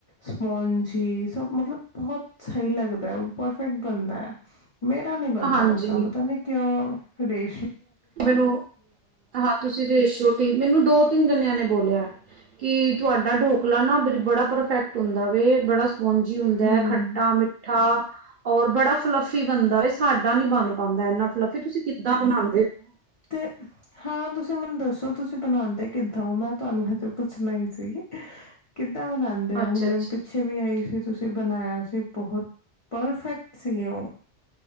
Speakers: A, on the left; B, on the right.
A: ਸਪੋਂਜੀ ਸਭ ਮਤਲਬ ਬਹੁਤ ਸਹੀ ਲੱਗਦਾ ਐ, ਉਹ ਪਰਫੈਕਟ ਬਣਦਾ ਐ। ਮੇਰਾ ਨੀ ਬਣਦਾ
B: ਹਾਂਜੀ,
A: ਓਦਾਂ ਪਤਾ ਨੀ ਕਿਉਂ। ਹੁਡੇ
B: ਮੈਨੂੰ ਹਾਂ ਤੁਸੀਂ ਰੇਸ਼ੋ ਤੀ ਮੈਨੂੰ ਦੋ-ਤਿੰਨ ਜਣਿਆਂ ਨੇ ਬੋਲਿਐ। ਕੀ ਤੁਹਾਡਾ ਢੋਕਲਾ ਨਾ ਬਜ ਬੜਾ ਪਰਫੈਕਟ ਹੁੰਦਾ ਵੇ, ਬੜਾ ਸ ਮੁੰਜੀ ਹੁੰਦੈ
A: ਹਮ
B: ਖੱਟਾ, ਮਿੱਠਾ ਔਰ ਬੜਾ ਫਲਫੀ ਬਣਦਾ ਵੇ। ਸਾਡ ਰਾ ਨੀ ਬਣ ਪਾਂਦਾ ਇੰਨਾ ਫਲੱਫੀ। ਤੁਸੀਂ ਕਿੱਦਾਂ ਬਣਾਂ
A: ਤੇ ਹਾਂ ਤੁਸ ਤੁਸੀਂ ਮੈਨੂੰ ਦੱਸੋ ਤੁਸੀਂ ਬਣਾਉਂਦੇ ਕਿੱਦਾਂ ਹੋ? ਮੈਂ ਤੁਹਾਨੂੰ ਹਜੇ ਪੁੱਛਣਾ ਹੀ ਸੀ ਕਿਦ ਤਾਂ ਨਾਂਦੇ ਹੋ
B: ਅੱਛਾ
A: ਹੁਣੇ
B: ਅੱਛਾ
A: ਪਿੱਛੇ ਵੀ ਆਈ ਫਿਰ ਤੁਸੀਂ ਬਣਾਇਆ ਸੀ ਬਹੁਤ ਪਰਫੈਕਟ ਸੀ ਉਹ।